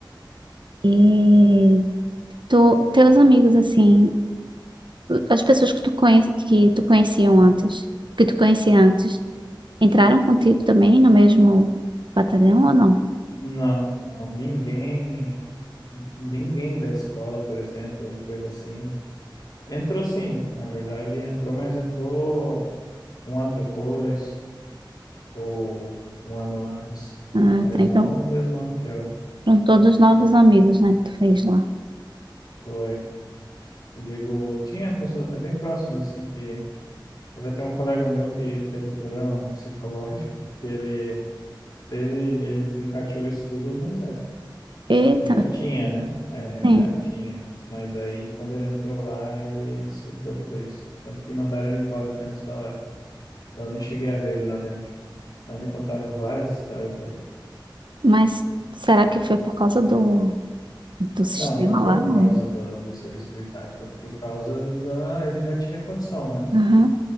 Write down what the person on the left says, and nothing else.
Não, não, ninguém, ninguém da escola, por exemplo, ou de coisa assim. Entrou sim, na verdade entrou, mas entrou um ano depois, ou um ano antes,
mas
não no mesmo ano que eu.
Foi. Eu digo, tinha pessoas até bem próximas, assim, que teve até um colega meu que teve problema psicológico, porque ele teve, ele desencadeou isso tudo no exército.
Ele já tinha, né? É, ele
já tinha. Mas aí, quando ele entrou lá, ele surtou de vez. Tanto que mandaram ele embora até antes da hora. Eu nem cheguei a ver ele lá dentro. Mas me contaram várias histórias dele.
Não, não
foi por
causa do, do serviço militar, foi por causa da. Ele já tinha condição, né?